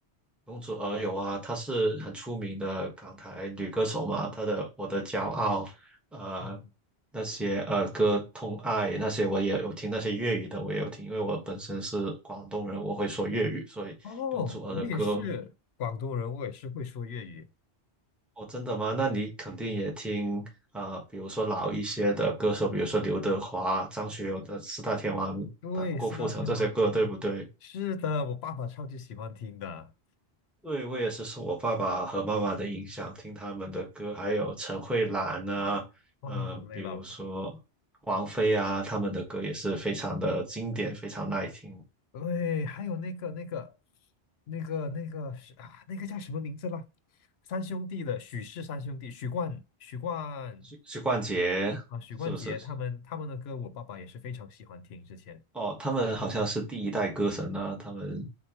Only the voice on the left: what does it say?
嗯，
哦，我也是广东人，我也是会说粤语。
对，
四大天王的歌，
是的，我爸爸超级喜欢听的。
哦，
太累了，
对，还有那个那个那个那个是啊，那个叫什么名字了？三兄弟的许氏三兄弟，许冠、许冠
啊、许冠杰他们他们的歌，我爸爸也是非常喜欢听。之前